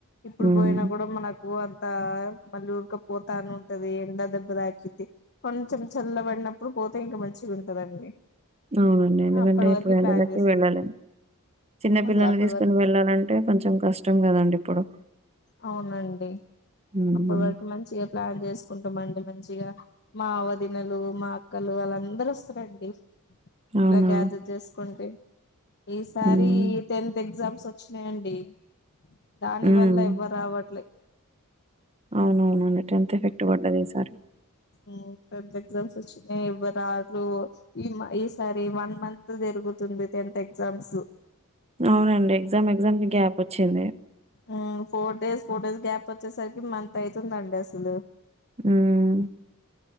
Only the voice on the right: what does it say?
హ్మ్.
అవునండి ఎందుకంటే
ఇప్పుడు
ఎండలకి
వెళ్లలేం చిన్న పిల్లల్నీ
తీస్కో.
నేను వెళ్ళాలంటే కొంచెం కష్టం కదండి ఇప్పుడు.
హ్మ్.
అవునా?
హ్మ్.
హ్మ్.
అవునవునండి టెన్త్ ఎఫెక్ట్ వడ్డది ఈసారి.
అవునండి ఎగ్జామ్ ఎగ్జామ్కి గ్యాప్ వచ్చింది.
ఉమ్.